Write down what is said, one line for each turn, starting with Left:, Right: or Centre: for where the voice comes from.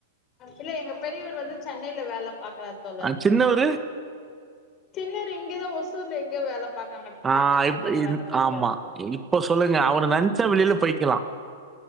Left: இல்ல எங்க பெரியவர் வந்து சென்னைல வேல பாக்கறார் தோழர்
Right: அ சின்னவரு?
Left: சின்னவரு இங்க தான் ஒஸ் சித்தூர்ல எங்கயோ வேல பாக்குறாங்க டாடா
Right: ஆ
Left: கம்பெனில
Right: இப் இது
Left: வேல பாக்குறாரு
Right: ஆமா இப்ப சொல்லுங்க அவரு நென்ச்சா வெளில போய்க்கலாம்